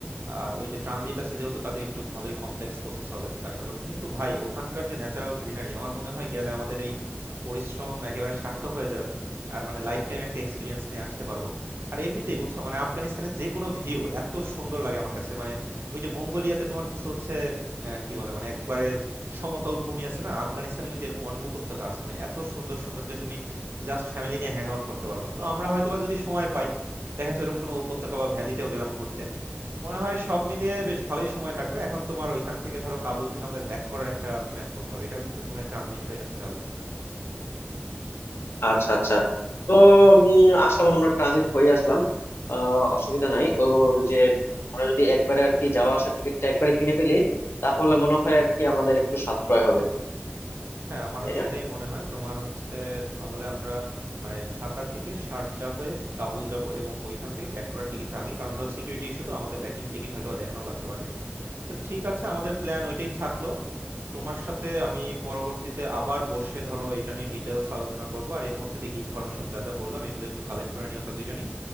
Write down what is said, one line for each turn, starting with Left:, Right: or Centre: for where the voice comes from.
Right: আর ওই যে ট্রানজিট আছে যেহেতু কাজে একটু ভালোই কমপ্লেক্স প্রসেস হবে আশা করি কিন্তু ভাই ওখানকার যে ন্যাচারাল গ্রিনারি আমার মনে হয় গেলে আমাদের এই পরিশ্রম একেবারে সার্থক হয়ে যাবে আর মানে লাইফ টাইম একটা এক্সপিরিয়েন্স নিয়ে আসতে পারবো আর এমনিতেই বুঝছো মানে আফগানিস্তানের যে কোনো ভিউ এত সুন্দর লাগে আমার কাছে মানে ওই যে মঙ্গোলিয়াতে তোমার কিছু হচ্ছে আহ, কি বলে মানে একবারে সমতল ভূমি আছে না আফগানিস্তানে কিন্তু এরকম অনেক উপত্যকা আছে মানে এত সুন্দর সুন্দর যে তুমি জাস্ট ফ্যামিলি নিয়ে হ্যাং আউট করতে পারবা তো আমরা হয়তোবা যদি সময় পাই দেখা যাচ্ছে এরকম কোনো উপত্যকা বা ভ্যালিতেও গেলাম ঘুরতে মনে হয় সব মিলিয়ে বেশ ভালোই সময় কাটবে এখন তোমার ওইখান থেকে ধরো কাবুল থেকে আমাদের ব্যাক করার একটা প্ল্যান করতে হবে এটাও কিন্তু মনে হয় ট্রানজিট হয়ে আসতে হবে
Left: আচ্ছা আচ্ছা তো উম, আসলাম আমরা ট্রানজিট হয়ে আসলাম আহ, অসুবিধা নাই ও যে আমরা যদি একবারে আর কি যাওয়া আসার টিকিটটা একবারে কিনে ফেলি তাহলে মনে হয় আর কি আমাদের একটু সাশ্রয় হবে
Right: হ্যাঁ আমারও
Left: তাই না
Right: সেটাই মনে হয় তোমার হচ্ছে তাহলে আমরা মানে ঢাকা থেকে শারজা হয়ে কাবুল যাব এবং ওইখান থেকে ব্যাক করার টিকিটটা আগেই কারণ ধরো সিকিউরিটি ইস্যু তো আমাদের ব্যাকিং টিকিট হয়তো বা দেখানো লাগতে পারে তো ঠিক আছে আমাদের প্ল্যান ওইটাই থাকলো তোমার সাথে আমি পরবর্তীতে আবার বসে ধরো এটা নিয়ে ডিটেলস আলোচনা করবো আর এর মধ্যে দেখি ইনফরমেশন যা যা বললাম এগুলো একটু কালেক্ট করে নিই আমরা দুজনই